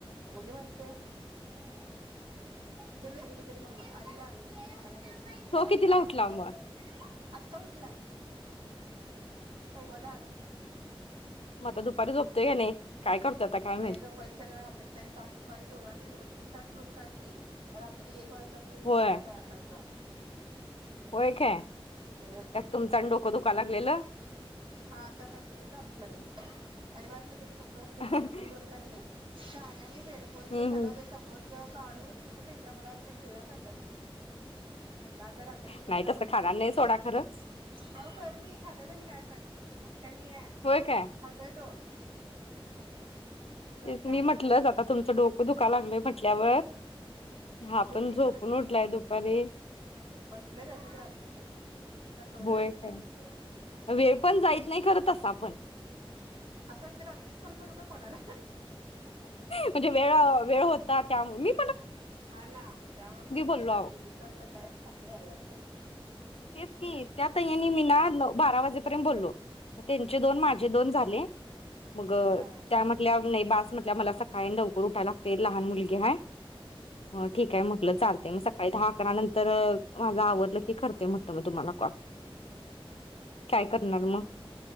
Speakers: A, on the right; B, on the left.
A: उगी म्हणते... <unintelligible> मम्मा आईला आणून देते पप्पा देत नाही
B: तो कीतिला उठला म?
A: आत्ता उठलाय सव्वा दहाला
B: म आता दुपारी झोपत का नाही? काय करतो आता काय
A: नाही
B: माहित
A: झोपायच त्याला रात्री त्यांनी काल दुपारी दोघांनी दोन तीन तास झोप काढली रात्री एक वाज... रात्री झोपायला
B: होय
A: तयार नयतो.
B: होय काय त्यात
A: नाही बाबा
B: तुमचा डोकं दुखाकाला.... <unintelligible>
A: हा आता त्यांनी लय ताप दिला का नाही आणि वाटल त्याचे पप्पा.... तोवर
B: हम्म
A: त्यांना पण झोप लागली... <unintelligible> फोनच
B: हम्म
A: सगळ ते समोर काढून कुठं फेकला मला वाटलं गिळलाच आता हेनी म्हणलं आता रात्री न्या
B: नाही
A: दवाखान्यात
B: तसं खाणार नाही सोडा खरं
A: अव कळत नाही खातात आणि काय पण. असं काय नाही आहे
B: होय काय
A: खातोय तो तसं
B: तेच
A: काय
B: मी
A: नसतंय
B: म्हटलंच
A: तसं
B: आता तुमचं डोकं दुकाय लागलयं म्हटल्यावर. हा
A: गोळी
B: पण झोपून
A: खाल्ली
B: उठलाय दुपारी.
A: बसले तशीच रात्रीभर नंतर दोन
B: होय
A: अडीच
B: काय
A: तास झोपले बा
B: वेळ पण जायत नाही खरा तसा पण
A: असं वाटतयं रात्रीच फोन करू का कोणाला.
B: म्हणजे वेळ वेळ होतात त्या मम्मी.
A: हा ना त्यामुळे म्हणाले
B: बोललो
A: रात्री
B: आहो
A: विसरत काय असं झाल असलं
B: तेच की त्यातही या मी ना भा बारा वाजेपर्यंत बोललो मग त्यांचे दोन माझे दोन झाले. मग
A: हा हा
B: त्या म्हटल्या नाही बास म्हटल्या मला सकाळी लवकर उठायला लागते लहान मुलगी हाय मग ठीकय म्हटलं चालते मग सकाळी दहा अकरा नंतर माझ आवरलं की करते म्हटलं तर मग तुम्हाला कॉल. काय करणार मग?